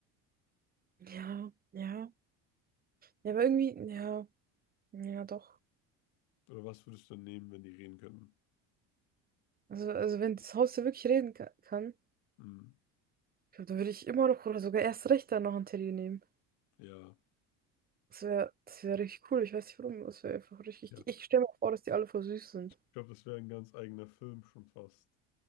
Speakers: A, on the right; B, on the left.
A: Ja, ja, ja, aber irgendwie, ja, ja, doch.
B: Oder was würdest du dann nehmen, wenn die reden könnten?
A: Also, also wenn das Haustier wirklich reden ka- kann,
B: Hm,
A: ich glaube, dann würde ich immer noch oder sogar erst recht dann noch ein Teddy nehmen.
B: ja,
A: Das wäre, das wäre richtig cool, ich weiß nicht warum, das wäre einfach richtig,
B: ja.
A: ich ich stelle mir vor, dass die alle voll süß sind.
B: Ich
A: <laughs>
B: glaube, das wäre ein ganz eigener Film schon fast.